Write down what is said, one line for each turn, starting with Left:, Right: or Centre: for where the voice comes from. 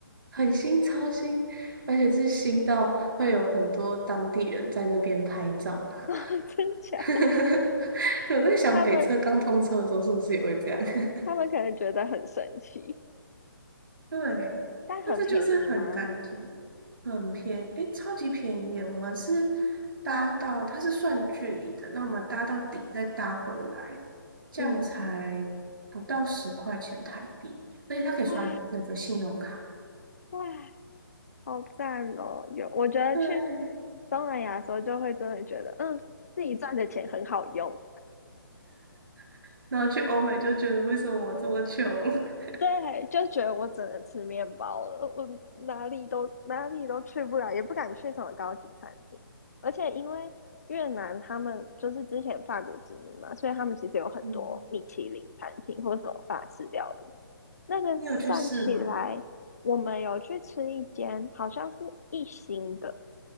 Right: 很新，超新，而且是新到会有很多当地人在那边拍照打卡。
Left: <laughs> 真假？
Right: <laughs> 呵呵对，我在想北车刚通车的时候是不是也会这样？
Left: 他们
Right: <laughs>
Left: 他们可能觉得很神奇，
Right: 对，
Left: 但很便宜吗？
Right: 但是就是很干净，很便诶，超级便宜耶！我们是搭到，它是算距离的，那我们搭到底再搭回来，这样才不到十块钱台币，
Left: 嗯，
Right: 而且它可以刷那个信用卡。
Left: 哇哇，好赞哦！有，我觉得去
Right: 对
Left: 东南亚的时候，就会真的觉得，嗯，自己赚的钱很好用。
Right: <laughs>，然后去欧美就觉得为什么我这么穷？<laughs>
Left: 对，就觉得我只能吃面包了，我哪里都哪里都去不了，也不敢去什么高级餐厅。而且因为越南他们就是之前法国殖民嘛，所以他们其实有很多米其林餐厅或什么法式料理。
Right: 嗯
Left: 那个算起来，
Right: 你有去试吗？
Left: 我们有去吃一间，好像是一星的。